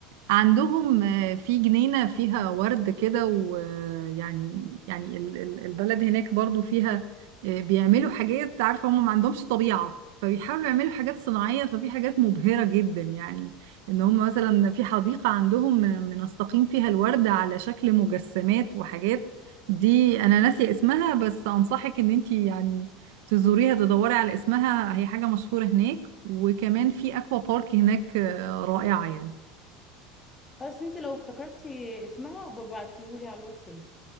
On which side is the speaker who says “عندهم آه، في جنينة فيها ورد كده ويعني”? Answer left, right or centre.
Right